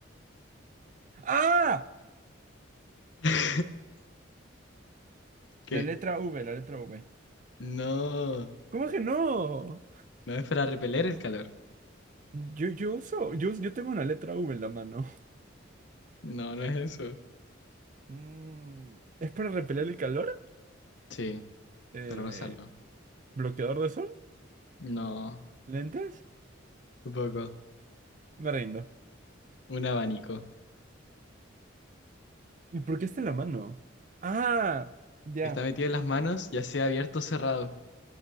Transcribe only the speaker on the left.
<laughs> ¿Qué?
No,
no es para repeler el calor.
No, no es eso.
Sí,
para pasarlo.
No,
tampoco.
Un abanico.
Está metido en las manos, ya sea abierto o cerrado.